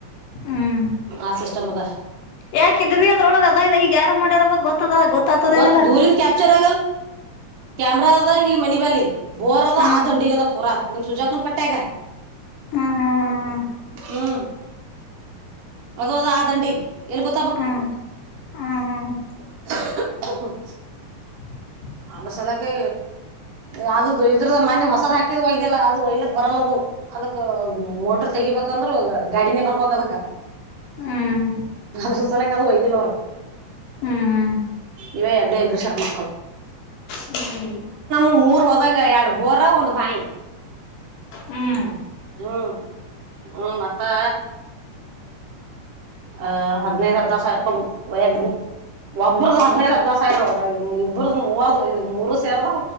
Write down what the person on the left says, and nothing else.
ಹ್ಮ್
ಯಾಕಿದ್ ಬಿ ಅದ್ರೊಳಗ ಈಗ ಯಾರು ಮಾಡ್ಯಾರ ಗೊತ್ತದ ಗೊತ್ತಾತದೇನಲ್ಲ
ಹ್ಮ್
ಹಾ ಹಾ ಹಾ ಹಾ
ಹ್ಮ್ ಹ್ಮ್ ಹ್ಮ್
<inaudible>
ಹ್ಮ್
ಹ್ಮ್ ಹ್ಮ್
ಹ್ಮ
ಹ್ಮ್